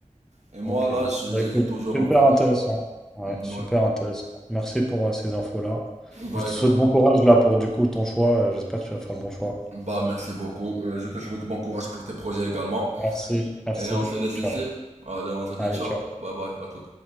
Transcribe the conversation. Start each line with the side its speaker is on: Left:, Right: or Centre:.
Right: Et moi,
Centre: Ok.
Right: là, j-
Centre: Bah,
Right: j'hésite
Centre: écoute,
Right: toujours,
Centre: super
Right: en fait.
Centre: intéressant. Ouais,
Right: Mm,
Centre: super
Right: Ouais.
Centre: intéressant. Merci pour euh, ces infos-là.
Right: Bah,
Centre: Je te
Right: écoute,
Centre: souhaite bon courage là pour du coup ton choix. Euh, J'espère que tu vas faire le bon choix.
Right: bah, merci beaucoup. Euh, je te souhaite bon courage pour tes projets également.
Centre: Merci, merci.
Right: Et on se laisse
Centre: Ciao.
Right: ici. Allez, on se dit
Centre: Allez,
Right: ciao.
Centre: ciao.
Right: Bye bye, à tout.